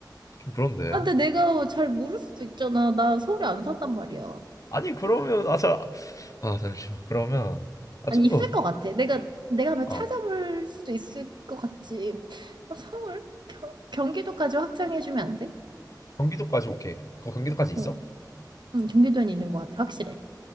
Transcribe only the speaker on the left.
그런데.
아니 그러면 아, 자, 아 잠시만 그러면 아
좀
더
아
경기도까지 오케이 거 경기도까지 있어?